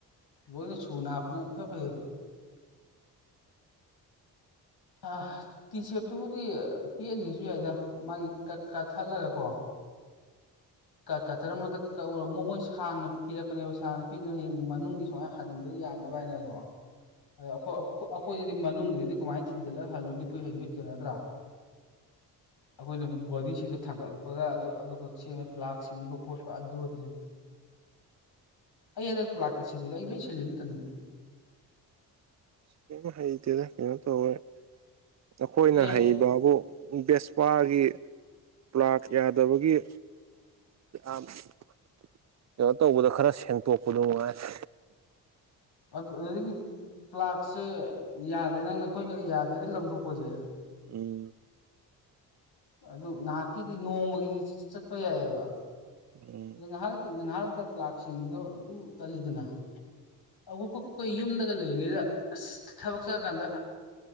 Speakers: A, on the left; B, on the right.
A: ꯂꯣꯏꯅ ꯁꯨꯅ ꯍꯥꯞꯄꯅ ꯏꯐ ꯐꯩꯌꯦꯕ ꯑꯥ ꯇꯤ ꯁꯦꯞꯇꯨꯕꯨꯗꯤ ꯄꯤꯛꯍꯟꯒꯦꯁꯨ ꯌꯥꯏꯗ ꯃꯥꯒꯤ ꯀ ꯀꯛ ꯊꯠꯂꯒ ꯀꯣ ꯀ ꯀꯇꯔ ꯑꯃꯗ ꯀꯛꯎꯔ ꯃꯣꯏ ꯁꯥꯡꯅ ꯄꯤꯔꯛꯄꯅꯦꯕ ꯁꯥꯡꯅ ꯄꯤꯔꯤꯗꯨꯅ ꯍꯌꯦꯡ ꯃꯅꯨꯡꯒꯤ ꯁꯨꯃꯥꯏ ꯍꯟꯕ ꯌꯥꯅꯕ ꯍꯥꯏꯅꯀꯣ ꯑꯗ ꯑꯩꯈꯣꯏ ꯑꯩꯈꯣꯏꯗꯗꯤ ꯃꯅꯨꯡꯒꯤꯗꯨꯗꯤ ꯀꯃꯥꯏꯅ ꯊꯤꯟꯖꯤꯜꯂꯒ ꯍꯜꯂꯨꯅꯤ ꯈꯣꯏ ꯍꯩꯁꯨ ꯍꯩꯇꯅ ꯅꯠꯇ꯭ꯔꯥ ꯑꯩꯈꯣꯏꯅ ꯕꯣꯗꯤ ꯁꯤꯗꯇ ꯊꯥꯡꯒꯠꯂꯛꯄꯒ ꯑꯗꯨ ꯑꯗꯨꯒ ꯁꯦꯝꯃꯦ ꯄ꯭ꯂꯥꯛ ꯁꯤꯟꯕ ꯈꯣꯠꯄ ꯑꯗꯨ ꯈꯛꯇꯅꯦ ꯑꯩ ꯍꯟꯗꯛ ꯄ꯭ꯂꯥꯛꯀ ꯁꯤꯜꯂꯤꯗꯣ ꯑꯩ ꯂꯣꯏ ꯁꯤꯜꯂꯤꯅꯤ ꯏꯊꯟꯗ
B: ꯀꯩꯝ ꯍꯩꯇꯦꯗ ꯀꯩꯅꯣ ꯇꯧꯋꯦ ꯑꯩꯈꯣꯏꯅ
A: ꯑꯦ
B: ꯍꯩꯕꯕꯨ ꯚꯦꯁꯄꯥꯒꯤ ꯄ꯭ꯂꯥꯛ ꯌꯥꯗꯕꯒꯤ <inaudible> ꯀꯩꯅꯣ ꯇꯧꯕꯗ ꯈꯔ ꯁꯦꯡꯇꯣꯛꯄꯗꯣ ꯉꯥꯏꯔꯦ
A: ꯑꯗꯨꯗꯒꯤ ꯄ꯭ꯂꯥꯛꯁꯦ ꯌꯥꯗꯦ ꯅꯪꯅ ꯑꯩꯈꯣꯏꯅ ꯌꯥꯗꯦꯅ ꯂꯪꯊꯣꯛꯄꯁꯦ
B: ꯎꯝ
A: ꯑꯗꯨ ꯉꯍꯥꯛꯀꯤꯗꯤ ꯅꯣꯡꯃꯒꯤꯗꯤ ꯆꯤꯠ ꯆꯤꯠ ꯆꯠꯄ ꯌꯥꯏꯌꯦꯕ
B: ꯎꯝ
A: ꯑꯗꯣ ꯉꯥꯏꯍꯥꯛ ꯂꯩꯇ ꯉꯥꯏꯍꯥꯛ ꯂꯩꯇꯅ ꯄ꯭ꯂꯥꯛ ꯁꯤꯟꯕꯗꯣ ꯗꯨꯝ ꯇꯜꯂꯤꯗꯅ ꯑꯃꯨꯛꯈꯛ ꯈꯣꯢ ꯌꯨꯝꯗꯒ ꯂꯩꯔꯤꯉꯩꯗ ꯑꯁ ꯊꯕꯛ ꯆꯠꯂ ꯀꯥꯟꯗ